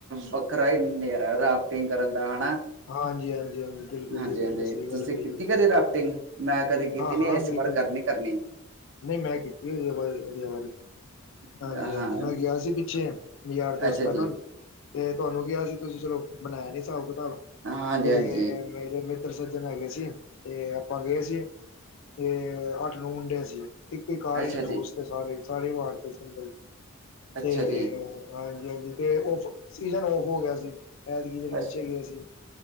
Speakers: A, on the right (about 55°); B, on the left (about 60°).
A: ਵੱਖਰਾ ਨੇਜਾਰਾ ਰਾਫਟਿੰਗ ਕਰਨ ਦਾ ਹੈਨਾ
B: ਹਾਂਜੀ-ਹਾਂਜੀ-ਹਾਂਜੀ ਬਿਲਕੁਲ
A: ਹਾਂਜੀ,
B: ਜੀ ਬਿਲਕੁਲ
A: ਹਾਂਜੀ,
B: ਸਹੀ
A: ਤੁਸੀਂ
B: ਗੱਲ ਕਹੀ
A: ਕੀਤੀ
B: ਏ।
A: ਕਦੀ ਰਾਫਟਿੰਗ? ਮੈਂ ਕਦੇ ਕੀਤੀ
B: ਹਾਂ-ਹਾਂ
A: ਨੀ ਇਸ
B: ਬਿਲਕੁਲ
A: ਵਾਰ ਕਰਨੀ
B: ਜੀ
A: ਕਰਨੀ।
B: ਨਹੀਂ, ਮੈਂ ਕੀਤੀ ਹੋਇ ਐ <unintelligible> ਹਾਂਜੀ-ਹਾਂਜੀ,
A: ਹਾਂ-ਹਾਂ
B: ਮੈਂ ਗਿਆ ਸੀ ਪਿੱਛੇ ਯਾਰ ਦੋਸਤਾਂ
A: ਅੱਛਾ
B: ਨਾਲ,
A: ਜੀ
B: ਤੇ ਤੁਹਾਨੂੰ ਕਿਹਾ ਸੀ ਤੁਸੀਂ ਚਲੋ ਬਨਾਇਆ ਨੀ ਹਸਾਬ ਤਾ ਵ
A: ਹਾਂਜੀ-ਹਾਂਜੀ
B: ਤੇ ਮੇਰੇ ਇੱ ਸੱਜਰ ਹੈ ਗੇ ਸੀ ਤੇ ਆਪਾਂ ਗਏ ਸੀ, ਤੇ ਅੱਠ ਨੋਂ ਮੁੰਡੇ ਸੀ ਇੱਕ ਈ ਕਾਰ
A: ਅੱਛਾ
B: ਚ
A: ਜੀ
B: ਠੂਸ ਤੇ ਸਾਰੇ, ਸਾਰੇ ਵਾਡ ਤੇ ਸੀ ਅੰਦਰ
A: ਅੱਛਾ
B: ਤੇ
A: ਜੀ
B: ਹਾਂ ਤੇ ਓਫ ਸੀਜਨ ਓਫ ਹੋ ਗਿਆ ਸੀ ਐਦਗੀ ਜਿਹੜੇ
A: ਅੱਛ-
B: ਪਿੱਛੇ ਗਏ ਸੀ,